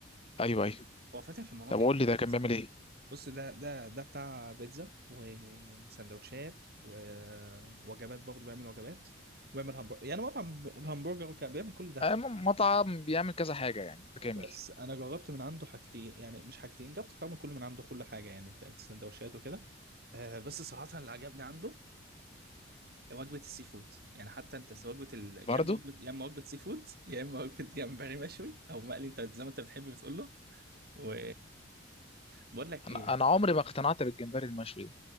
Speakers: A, on the left (about 30°); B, on the right (about 50°).
A: ايوه ايوه
B: هو فاتح في مناطق
A: طب قول
B: كتير
A: لي ده كان
B: بس
A: بيعمل
B: مش-
A: ايه
B: بص ده ده ده بتاع بيتزا وسندوتشات ووجبات برضه بيعمل وجبات وبيعمل همبرجر يعني مطعم ب- همبرجر وكان بيعمل كل ده
A: آه، م- مطعم بيعمل كذا حاجة يعني متكامل
B: بس انا جربت من عنده حاجتين يعني مش حاجتين جربت طبعا كل من عنده كل حاجه يعني في السندوتشات وكده آه بس صراحه اللي عجبني عنده وجبة السي فود يعني حتى انت سواء وجبة ال...
A: برضو
B: يا اما وجبة يا اما وجبة سي فود يا اما وجبة <laughs> جمبري مشوي او مقلي انت زي ما انت بتحب بتقول له و بقول لك
A: أنا
B: ايه
A: أنا عمري ما اقتنعت بالجمبري المشوي ده